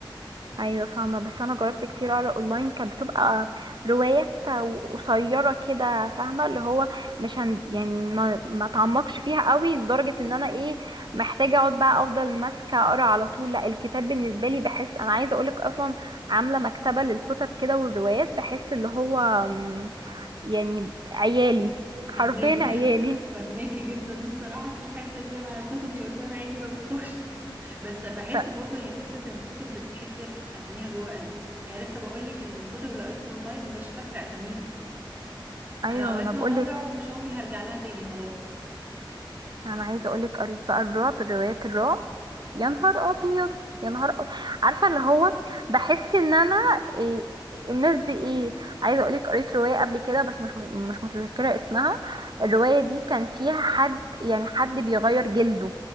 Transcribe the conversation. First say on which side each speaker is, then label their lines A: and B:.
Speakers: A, on the right; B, on the right.
A: ايوه فاهمه بس انا جربت كتير اقرا اونلاين كانت بتبقى روايات قصيره كده فاهمه اللي هو مش هن يعني ما ما تعمقش فيها قوي لدرجه ان انا ايه محتاجه اقعد بقى افضل ماسكه اقرا على طول لا الكتاب بالنسبه لي بحس انا عايزه اقولك اصلا عامله مكتبه للكتب كده والروايات بحس اللي هو أم، يعني عيالي حرفيا
B: فهماكي
A: عيالي
B: <laughs> فهماكي جدا الصراحة في الحتة دي انا كتبي قدام عيني ما بتطوش بس بحس
A: ط-
B: برضو هي فكرة ان الكتب بتتحفر اساميها جوه قلبي يعني لسه بقولك الكتب اللي قريتها اونلاين مش فاكرة اساميها
A: ايوه
B: انا قريتها
A: ما انا بقولك
B: مرة ومش عمري هرجع لها تاني خلاص
A: انا عايزه اقولك قريت بقى الرعب روايات الرعب يا نهار ابيض يا نهار أبيض. عارفه اللي هو بحس ان انا إيه الناس دي ايه عايزه اقولك قريت روايه قبل كده بس مش مش متذكره اسمها الروايه دي كان فيها حد يعني حد بيغير جلده